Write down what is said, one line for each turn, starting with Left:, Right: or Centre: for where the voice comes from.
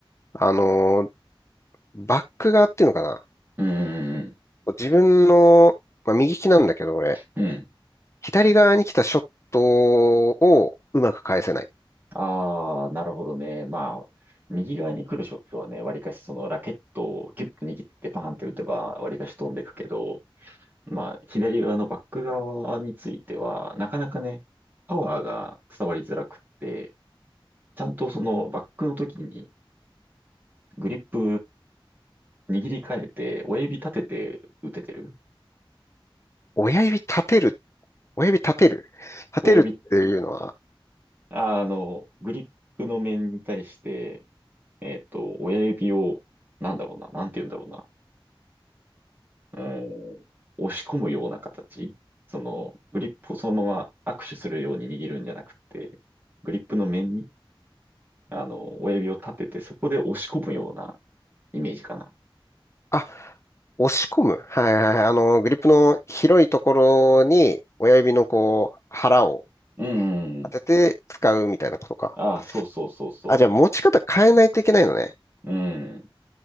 Left: あの、バック側っていうのかな。
Right: うん、うん。
Left: 自分の、まあ、右利きなんだけど、俺、
Right: うん
Left: 左側に来たショットをうまく返せない。
Right: ああ、なるほどね。まあ、右側に来るショットはね、わりかしそのラケットをギュッと握ってパーンって打てば、わりかし飛んでくけど、まあ、左側のバック側については、なかなかね、パワーが伝わりづらくって、ちゃんとそのバックの時にグリップ握り替えて、親指立てて打ててる
Left: 親指立てる、親指立てる、立てるっていうのは、
Right: 親指、ああの、グリップの面に対して、えっと、親指を、なんだろうな、なんて言うんだろうな。うん、押し込むような形。その、グリップをそのまま握手するように握るんじゃなくて、グリップの面に、あの、親指を立てて、そこで押し込むようなイメージかな。
Left: あ、押し込む。はいはいはい。あの、グリップの広いところに親指のこう、腹を
Right: うん。
Left: 当てて使うみたいなことか。
Right: ああ、そうそうそうそ
Left: あ、じゃあ持ち方変えないといけないのね。
Right: う。うん。